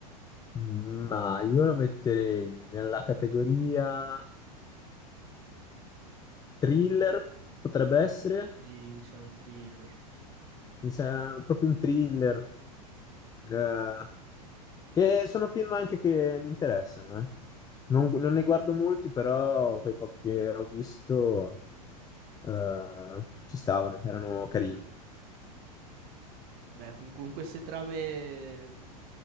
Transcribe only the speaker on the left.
Ma io lo metterei nella categoria thriller, potrebbe essere.
mi sembra proprio un thriller, eh, che sono film anche che mi interessano, eh. Non, non ne guardo molti, però quei pochi che ho visto, eh, ci stavano, erano carini.